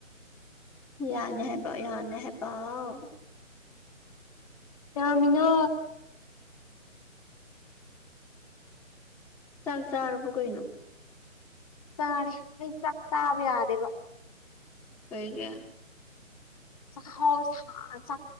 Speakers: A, in the centre; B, on the left (about 25°).
A: ꯌꯥꯅꯦ ꯍꯥꯏꯦꯕ ꯌꯥꯅꯦ ꯍꯥꯏꯦ ꯄꯥꯎ
B: ꯌꯥꯃꯤꯅꯥ
A: ꯆꯥꯛ ꯆꯥꯔꯕꯣ ꯀꯩꯅꯣ
B: ꯆꯥꯅꯦ ꯑꯩ ꯆꯥꯛ ꯇꯥꯕ ꯌꯥꯗꯦꯕ
A: ꯍꯒ
B: ꯆ ꯍꯥꯎꯁ ꯆ